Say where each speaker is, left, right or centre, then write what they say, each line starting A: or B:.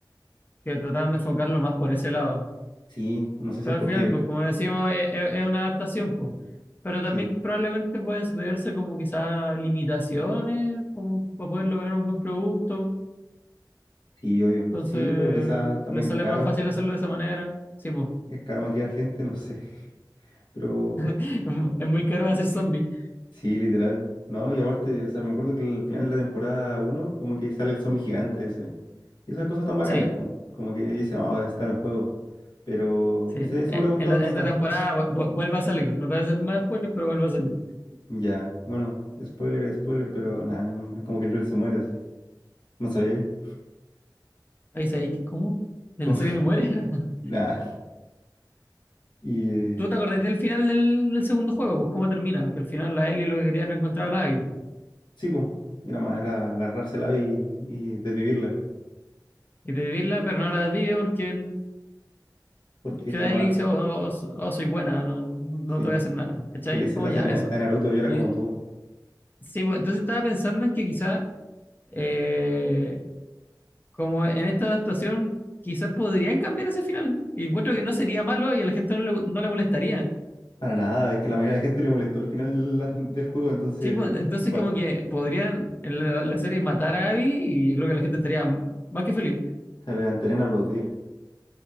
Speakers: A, on the left; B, on the left.
A: que trataron de enfocarlo más por ese lado.
B: Sí, no sé si
A: Pero
B: es porque
A: al final,
B: él.
A: pues como decimos, es, es- es una adaptación, pues. Pero
B: Sí,
A: también probablemente puede sucederse como quizás limitaciones, como para poder lograr un buen producto.
B: sí, obvio.
A: Entonces,
B: Sí, o quizás también
A: le sale
B: es caro.
A: más fácil hacerlo de esa manera. Sí, pues.
B: Es caro maquillar gente, no sé. <laughs> Pero
A: Es mu- es muy caro hacer zombies.
B: Sí, literal. No, y aparte, o sea, me acuerdo que al final de la temporada uno como que sale el zombie gigante ese. Y esas cosas tan bacanes,
A: Sí,
B: po. Como que dice, vamos, está en el juego. Pero,
A: sí.
B: no sé, eso
A: Eh,
B: me hubiera gustado
A: En, la-
B: quizás.
A: en esta temporada vu- vu- vuelve a salir. No te voy a hacer más spoilers, pero vuelve a salir.
B: Ya, bueno, spoiler, spoiler, pero nada, es como que el Joel se muere así. No sabía ahí.
A: Ahí dice, "Ay, ¿cómo? De
B: Como-
A: la serie
B: <laughs>
A: no muere. <laughs>
B: Nada. Y eh,
A: ¿Tú te acordás del final del, del segundo juego? Pues cómo termina. Que al final la Ellie lo que quería era encontrar a la Abby.
B: sí, pues, era más, era agarrársela y, y desvivirla.
A: Y desvivirla, pero no la desvive porque,
B: Porque
A: porque
B: eso
A: la
B: no.
A: Ellie dice, oh, oh, oh, so- oh, soy buena, no, no
B: Sí,
A: te voy a hacer nada. ¿Cachai?
B: si le hice
A: Como
B: la
A: ya,
B: escena
A: eso.
B: a Naruto, yo era
A: Y-
B: como tú.
A: sí, pues, entonces estaba pensando en que quizá eh, como en esta actuación quizás podrían cambiar ese final. Y encuentro que no sería malo y a la gente no le, no le molestaría.
B: Para nada, es que la mayoría de la gente le molestó el final del, la- del juego, entonces,
A: Sí, pues, entonces
B: ¿cuál?
A: como que podrían en la, la serie matar a Abby y yo creo que la gente estaría más que feliz.
B: Se levantarían a aplaudir.